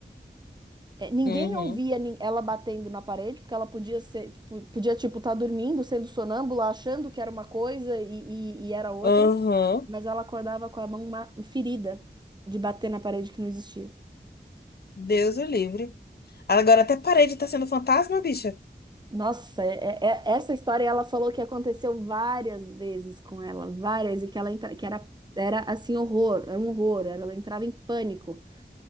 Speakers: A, on the right; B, on the left.
A: Eh, ninguém
B: uhum,
A: ouvia nin- ela batendo na parede, porque ela podia ser, tipo, podia, tipo, estar dormindo, sendo sonâmbula, achando que era uma coisa e, e e era outra,
B: aham.
A: mas ela acordava com a mão ma- ferida de bater na parede que não existia.
B: Deus o livre. Agora até parei de estar sendo fantasma, bicha.
A: Nossa, é- é- é, essa história ela falou que aconteceu várias vezes com ela, várias, e que ela entra, que era, era assim, horror, era um horror, ela entrava em pânico.